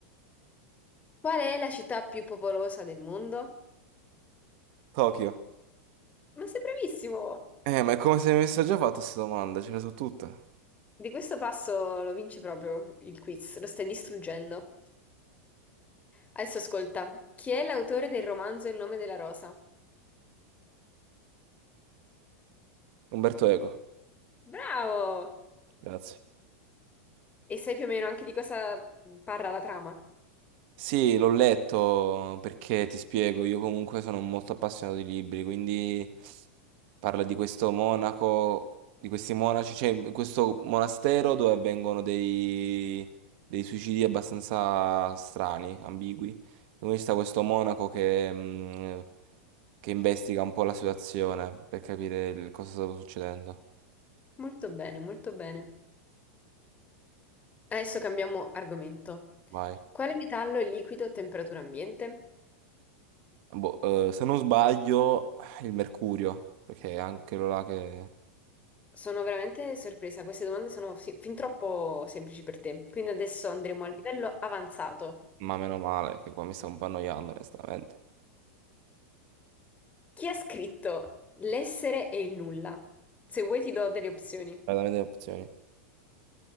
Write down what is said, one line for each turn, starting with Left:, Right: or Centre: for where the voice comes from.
Left: Qual è la città più popolosa del mondo?
Right: Tokyo.
Left: Ma sei bravissimo!
Right: Eh, ma è come se mi avesse già fatto queste domande, ce le so tutte.
Left: Di questo passo lo vinci proprio il quiz, lo stai distruggendo. Adesso ascolta, chi è l'autore del romanzo Il nome della rosa?
Right: Umberto Eco.
Left: Bravo!
Right: Grazie.
Left: E sai più o meno anche di cosa parla la trama?
Right: Sì, l'ho letto perché ti spiego, io comunque sono molto appassionato di libri, quindi parla di questo monaco, di questi monaci, cioè questo monastero dove avvengono dei, dei suicidi abbastanza strani, ambigui. E quindi sta questo monaco che, mh, che investiga un po' la situazione per capire il- cosa stava succedendo.
Left: Molto bene, molto bene. Adesso cambiamo argomento.
Right: Vai.
Left: Quale metallo è liquido a temperatura ambiente?
Right: Boh, eh, se non sbaglio, il mercurio, perché è anche quello là che...
Left: Sono veramente sorpresa, queste domande sono sì- fin troppo semplici per te. Quindi adesso andremo al livello avanzato.
Right: Ma meno male, che qua mi sto un po' annoiando, onestamente.
Left: Chi ha scritto L'essere e il nulla? Se vuoi ti do delle opzioni.
Right: Veramente le opzioni.